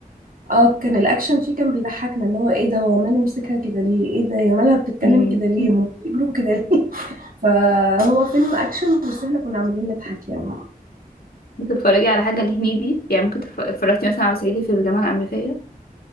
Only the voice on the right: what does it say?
اه كان الاكشن فيه كان بيضحكنا اللي هو ايه ده هو ماله مسكها كده ليه ايه ده هي مالها بتتكلم
كده ليه هم بيجروا كده ليه <laughs> فهو فيلم اكشن بس احنا كنا عاملين نضحك يعني